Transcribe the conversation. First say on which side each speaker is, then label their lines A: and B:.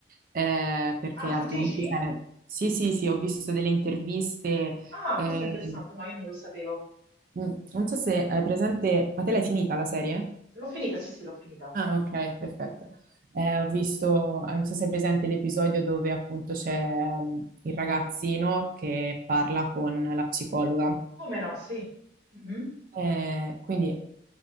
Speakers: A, on the right; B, on the right.
A: eh, perché
B: Ah,
A: altrimenti
B: tu dici?
A: sarebbe... Sì, sì, sì, ho visto delle interviste,
B: Ah,
A: eh,
B: questo è interessante, no, io non lo sapevo.
A: mm, non so se hai presente, ma te l'hai finita la serie?
B: L'ho finita, sì, sì, l'ho finita.
A: Ah, ok, perfetto. Eh, ho visto, eh, non so se è presente l'episodio dove appunto c'è ehm, il ragazzino che parla con la psicologa.
B: Come no, sì. Mhm,
A: Eh, quindi